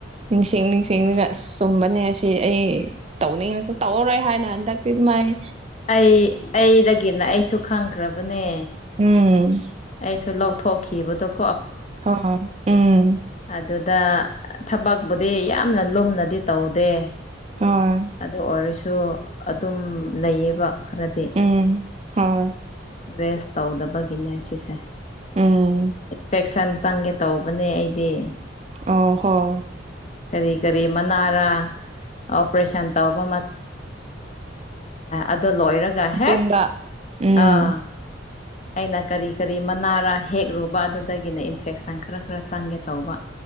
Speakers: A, on the right; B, on the left.
A: ꯅꯤꯡꯁꯤꯡ ꯅꯤꯡꯁꯤꯡꯗꯨꯒ ꯑꯁ ꯆꯨꯝꯕꯅꯦ ꯑꯁꯤ ꯑꯩ ꯇꯧꯅꯤꯡꯉꯕꯁꯨ ꯇꯧꯔꯔꯣꯏ ꯍꯥꯏꯅ ꯊꯥꯛꯄꯤ ꯑꯗꯨ ꯃꯥꯥꯏ
B: ꯑꯩ ꯑꯩꯗꯒꯤꯅ ꯑꯩꯁꯨ ꯈꯪꯈ꯭ꯔꯕꯅꯦ
A: ꯎꯝ
B: ꯑꯩꯁꯨ ꯂꯧꯊꯣꯛꯈꯤꯕꯗꯣ ꯀꯣ
A: ꯍ ꯎꯝ
B: ꯑꯗꯨꯗ ꯊꯕꯛꯄꯨꯗꯤ ꯌꯥꯝꯅ ꯂꯨꯝꯅꯗꯤ ꯇꯧꯗꯦ
A: ꯍ
B: ꯑꯗꯨ ꯑꯣꯏꯔꯁꯨ ꯑꯗꯨꯝ ꯂꯩꯌꯦꯕ ꯈꯔꯗꯤ
A: ꯎꯝ ꯍꯣꯏ
B: ꯔꯦꯁ ꯇꯧꯗꯕꯒꯤꯅꯦ ꯁꯤꯁꯦ
A: ꯎꯝ
B: ꯏꯟꯐꯦꯛꯁꯟ ꯆꯪꯒꯦ ꯇꯧꯕꯅꯦ ꯑꯩꯗꯤ
A: ꯑ ꯍꯣꯏ
B: ꯀꯔꯤ ꯀꯔꯤ ꯃꯅꯥꯔꯥ ꯑꯣꯄꯔꯦꯁꯟ ꯇꯧꯕ ꯑꯗꯨꯗꯣ ꯂꯣꯏꯔꯒ ꯍꯦꯛ
A: ꯇꯨꯡꯗ ꯎꯝ
B: ꯑꯥ ꯑꯩꯅ ꯀꯔꯤ ꯀꯔꯤ ꯃꯅꯥꯔꯥ ꯍꯦꯛꯂꯨꯕ ꯑꯗꯨꯗꯒꯤꯅ ꯏꯟꯐꯦꯛꯁꯟ ꯈꯔ ꯈꯔ ꯆꯪꯒꯦ ꯇꯧꯕ